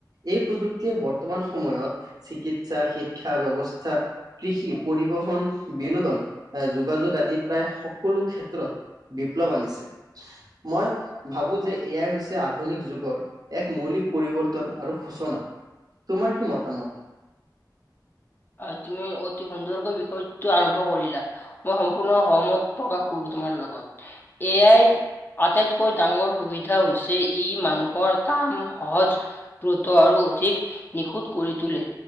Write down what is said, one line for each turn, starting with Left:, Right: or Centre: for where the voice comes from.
Right: এই প্ৰযুক্তিয়ে বৰ্তমান সময়ত চিকিৎসা, শিক্ষা ব্যৱস্থা কৃষি, পৰিবহণ, বিনোদন, যোগাযোগ আদি প্ৰায় সকলো ক্ষেত্ৰত বিপ্লৱ আনিছে। মই ভাবোঁ যে এ আই হৈছে আধুনিক যুগৰ এক মৌলিক পৰিৱৰ্তন আৰু সূচনা। তোমাৰ কি মতামত?
Left: আ, তুমি অতি সুন্দৰকৈ বিষয়টো আৰম্ভ কৰিলা। মই সম্পূৰ্ণ সহমত প্ৰকাশ কৰো তোমাৰ লগত। এ আইৰ আটাইতকৈ ডাঙৰ সুবিধা হৈছে ই মানুহৰ কাম সহজ দ্ৰুত আৰু অধিক নিখুদ কৰি তুলে,